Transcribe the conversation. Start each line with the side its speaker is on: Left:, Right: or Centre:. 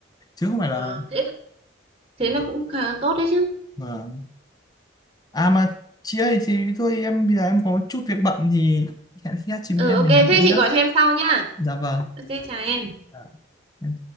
Left: chứ không phải là
Right: Ờ, thế thế là cũng khá tốt đấy chứ
Left: vâng. à mà chị ơi thì thôi em bây giờ em có chút việc bận thì hẹn khi khác chị
Right: ừ
Left: em
Right: ok
Left: mình
Right: thế
Left: nói chuyện
Right: chị
Left: nhá
Right: gọi cho em sau nhá
Left: dạ vâng
Right: ok chào em
Left: Dạ, em